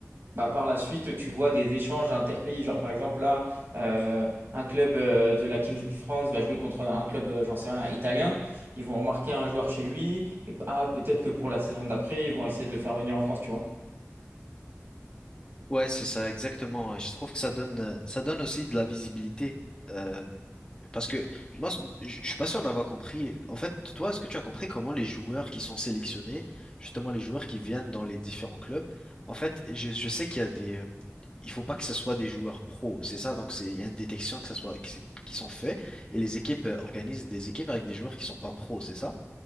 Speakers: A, on the right (about 50°); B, on the left (about 20°).
A: bah, par la suite, tu vois des échanges interpays. Genre, par exemple, là, euh, un club euh, de la Kings League France va jouer contre un club, euh, j'en sais rien, italien. Ils vont remarquer un joueur chez lui. Et ah, peut-être que pour la saison d'après, ils vont essayer de le faire venir en France, tu vois.
B: Ouais, c'est ça exactement. Et je trouve que ça donne euh, ça donne aussi de la visibilité Euh, parce que moi je je suis pas sûr d'avoir compris. En fait, toi, est-ce que tu as compris comment les joueurs qui sont sélectionnés, justement les joueurs qui viennent dans les différents clubs, en fait, je, je sais qu'il y a des il faut pas que ce soit des joueurs pros, c'est ça. Donc c'est il y a une détection que ça soit qui, qui sont faits et les équipes euh, organisent des équipes avec des joueurs qui sont pas pros, c'est ça?